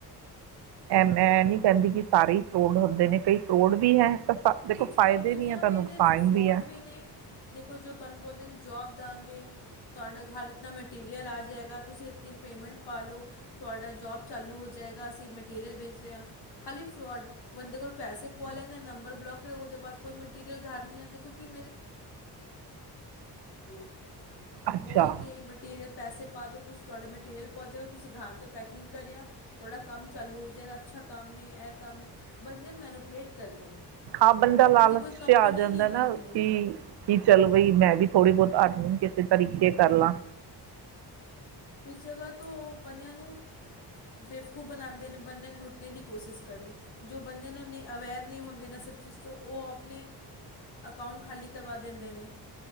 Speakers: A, on the right; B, on the left.
A: ਮੈਂ ਨੀ ਕਹਿੰਦੀ ਕਿ ਸਾਰੇ ਹੀ ਫਰੋਡ ਹੁੰਦੇ ਨੇ। ਕਈ ਕਰੋੜ ਵੀ ਹੈ ਤਾਂ ਸਾ- ਦੇਖੋ
B: ਕੁਛ
A: ਫਾਇਦੇ
B: ਕੰਪਨੀਆਂ
A: ਹੈ ਤਾਂ
B: ਵੀ
A: ਨੁਕਸਾਨ
B: ਇਹਦੇ ' ਫਰਾੋਡ
A: ਹੈ
B: ਵੀ ਨੇ ਜ ਤੁਹਾਨੂੰ ਬੋਲਦੇ ਕਿ <unintelligible> <unintelligible> ਤੁਸੀਂ ਇਤਨੀ ਪੇਮੈਂਟ ਪਾ ਲਉ ਤੁਹਾਡਾ ਜੋਬ ਚਾਲੂ ਹੋ ਜਾਏਗਾ ਅਸੀਂ ਮਟੀਰੀਅਲ ਵੇਚ ਰਹੇ ਹਾਂ ਖਾਲੀ ਫਰੋਡ ਬੰਦੇ ਕੋਲ ਪੈਸੇ ਪਾਵਾ ਲੈਂਦੇ ਹਾਂ ਨੰਬਰ ਬਲੋਕ ਉਹਦੇਅਦਈ ਮਟੀਰੀਅਲ ਘਰ ਨਹੀਂ ਆਉਂ ਕਿਉਂਕਿ <unintelligible>
A: ਅੱਛਾ
B: ਬੋਲ ਕੇ ਮਟੀਰੀਅਲ ਪੈਸੇ ਪਾ ਦਿਉ, ਤੁਸੀਂ ਤੁਹਾਡਾ ਮਟੀਰੀਅਲ ਪਹੁੰਚ ਜਾਵੇਗਾ ਤੁਸੀਂ ਘਰ ਤੋਂ ਪੈਕਿੰਗ ਕਰਿਆ ਤੁਹਾਡਾ ਕੰਮ ਚਾਲੂ ਹੋ ਜਾਵੇਗਾ ਅੱਛਾ ਕੰਮ ਹੈ ਇਹ ਕੰਮ ਹੈ ਬੰਦੇ ਨੂੰ ਮੈਨੂੰ ਪਲੇਟ ਕਰਦੇ ਨੇ।
A: ਖਾ ਬੰਦਾ
B: ਔਰ ਐਕਨ
A: ਲਾਲਚ
B: ਜੀ ਕੋਈ ਕੰਪਨੀ
A: ਚ ਆ ਜਾਂਦਾ
B: ਨਹੀਂ
A: ਨਾ
B: ਹੁੰਦੀ
A: ਕਿ ਕੀ ਚੱਲ ਬਈ ਮੈਂ ਵੀ ਥੋੜੀ ਬਹੁਤ ਘਰ ਨੀ ਕਿਸੇ ਤਰੀਕੇ ਕਰਲਾ
B: ਕੁਛ ਜਗ੍ਹਾ ਤੋਂ ਬੰਦਿਆਂ ਨੂੰ ਬੇਫਕੂ ਬਣਾਉਂਦੇ ਨੇ ਬੰਦਿਆਂ ਨੂੰ ਲੁੱਟ। ਏ ਦੀ ਕੋਸਿਸ ਕਰਨੀ। ਜੋ ਬੰਦੇ ਨੂੰ ਅਵੇਅਰ ਨਹੀਂ ਹੁੰਦੇ ਇਹ ਸਭ ਚੀਜ਼ ਤੋਂ ਉਹ ਆਪਣੇ ਅਕਾਊਂਟ ਖਾਲੀ ਕਰਵਾ ਦਿੰਦੇ ਨੇ